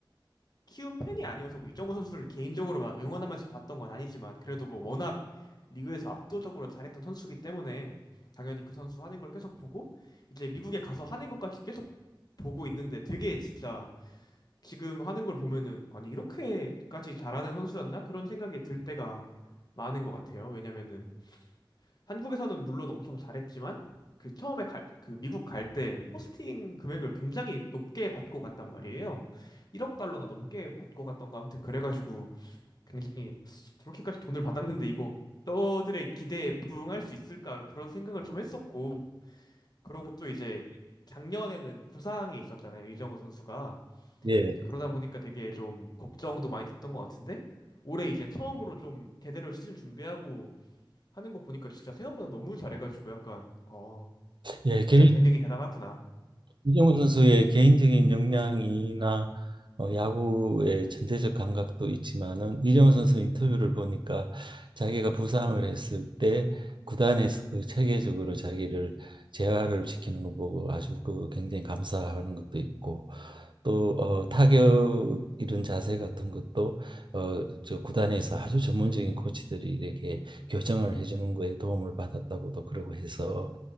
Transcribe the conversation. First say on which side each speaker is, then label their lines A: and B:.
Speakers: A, on the left (about 50°); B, on the right (about 65°).
A: 키운 팬이 아니어서 뭐 이정후 선수를 개인적으로 막 응원하면서 봤던 건 아니지만 그래도 뭐 워낙 리그에서 압도적으로 잘했던 선수기 때문에 당연히 그 선수 하는 걸 계속 보고 이제 미국에 가서 하는 것까지 계속 보고 있는데 되게 진짜 지금 하는 걸 보면은 아니 이렇게까지 잘하는 선수였나? 그런 생각이 들 때가 많은 것 같아요. 왜냐면은 한국에서는 물론 엄청 잘했지만 그 처음에 갈, 그 미국 갈 때 포스팅 금액을 굉장히 높게 받고 갔단 말이에요. 1억 달러가 넘게 받고 갔던가 아무튼 그래가지고 굉장히 저렇게까지 돈을 받았는데 이거 너들의 기대에 부응할 수 있을까 그런 생각을 좀 했었고 그러고 또 이제 작년에는 부상이 있었잖아요. 이정우 선수가
B: 예,
A: 이제 그러다 보니까 되게 좀 걱정도 많이 됐던 것 같은데 올해 이제 처음으로 좀 제대로 시즌 준비하고 하는 거 보니까 진짜 생각보다 너무 잘해가지고 약간 어
B: 예,
A: 진짜
B: 개인
A: 재능이 대단하구나.
B: 이정우 선수의 개인적인 역량이나 어, 야구의 전체적 감각도 있지만은 이정우 선수 인터뷰를 보니까 자기가 부상을 했을 때 구단에서 그 체계적으로 자기를 재활을 시키는 거 보고 아주 그 굉장히 감사하는 것도 있고 또 어, 타격 이런 자세 같은 것도 어, 저 구단에서 아주 전문적인 코치들이 이렇게 교정을 해주는 거에 도움을 받았다고도 그러고 해서